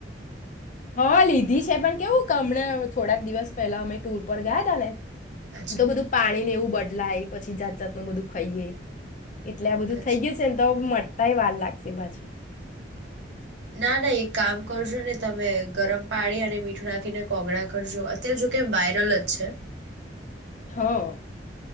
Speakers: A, on the left (about 45°); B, on the right (about 80°).
A: હા લીધી છે પણ કેવું કે હમણાં થોડાક દિવસ પહેલા અમે ટુર પર ગયા તા ને
B: અચ્છા
A: તો બધું પાણીને એવું બદલાય પછી જાત જાતનું બધું ખાઈએ. એટલે આ બધું
B: અચ્છા
A: થઈ ગયું છે ને તો તાય વાર લાગશે પાછી.
B: ના ના એક કામ કરજો ને તમે ગરમ પાણી અને મીઠું નાખીને કોગળા કરજો અત્યારે જો કે વાયરલ જ છે.
A: હા.